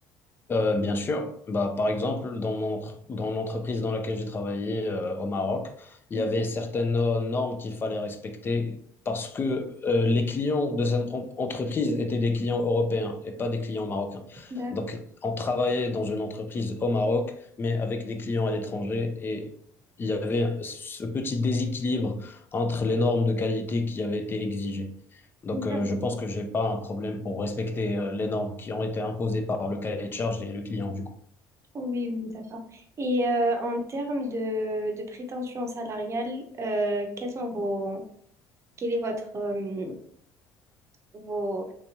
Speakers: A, on the left; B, on the right.
A: Euh, bien sûr. Bah, par exemple, dans mon, dans l'entreprise dans laquelle j'ai travaillé euh, au Maroc, il
B: Mhm.
A: y avait certaines no- normes qu'il fallait respecter parce que euh, les clients de cette en- entreprise étaient des clients européens et pas des clients marocains.
B: D'accord.
A: Donc, on travaillait dans une entreprise au Maroc, mais avec des clients à l'étranger et il y avait ce petit déséquilibre entre les normes de qualité qui avaient été exigées. Donc,
B: D'accord.
A: euh, je pense que j'ai pas un problème pour respecter euh, les normes qui ont été imposées par le cahier de charge et le client, du coup.
B: Oui, oui, d'accord. Et euh, en termes de, de prétention salariale, euh, quels sont vos, quel est votre, euh, vos,